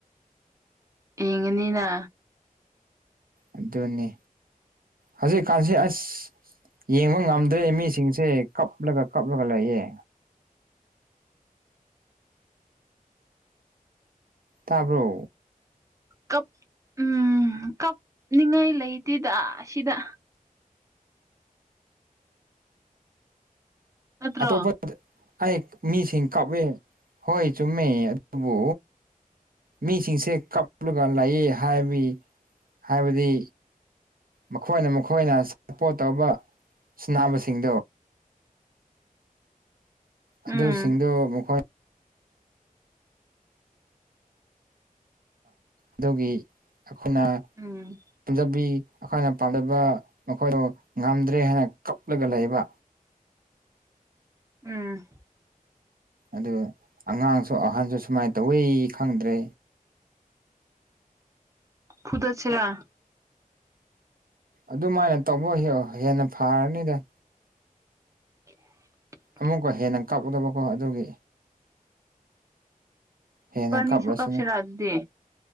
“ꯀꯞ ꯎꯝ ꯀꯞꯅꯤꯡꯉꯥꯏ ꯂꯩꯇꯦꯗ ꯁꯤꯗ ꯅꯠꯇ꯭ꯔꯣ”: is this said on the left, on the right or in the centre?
Right